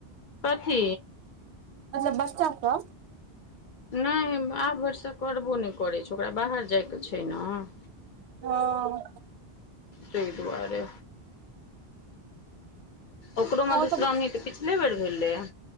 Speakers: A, on the left; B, on the right.
A: कथी।
B: अच्छा बच्चा क
A: नय आब भेरसक करबो नय करय छैय ओकरा बाहर जायके छैय न।
B: ओ।
A: तेय दुआरे। ओकरो
B: ओ
A: मधुश्रामनी
B: सब
A: त पिछले बेर भेलै या।